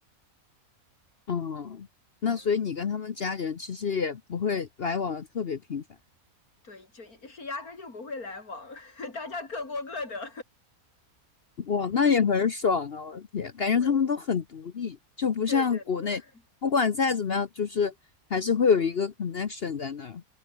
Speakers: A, on the left; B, on the left.
A: 哦。那所以你跟他们家里人其实也不会来往的特别频繁。
B: 嗯，对，就是压根就不会来往，<laughs> 大家各过各的。
A: 哇，那也很爽啊！我的天，感觉他们都很独立，
B: 对
A: 就不像国内，
B: 对对对
A: 不管再怎么样，就是还是会有一个 connection 在那儿。